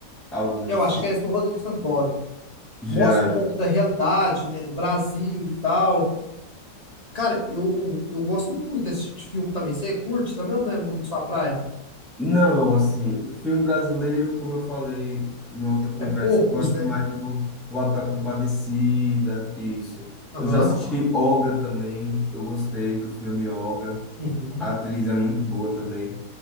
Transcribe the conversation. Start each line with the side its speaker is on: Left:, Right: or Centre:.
Centre: Alguns
Left: Eu acho
Centre: fi-
Left: que é esse do Rodrigo Santoro.
Centre: já.
Left: mostra um pouco da realidade, né, do Brasil e tal. Cara, eu, eu gosto muito desse tipo de filme também. Você curte também ou não é muito sua praia?
Centre: Não, assim, filme brasileiro, como eu falei na outra conversa,
Left: É poucos,
Centre: eu gosto
Left: né?
Centre: mais do O Auto da Compadecida, isso.
Left: Aham.
Centre: Eu já assisti Olga também, eu gostei do filme Olga.
Left: Uhum.
Centre: A atriz é muito boa também.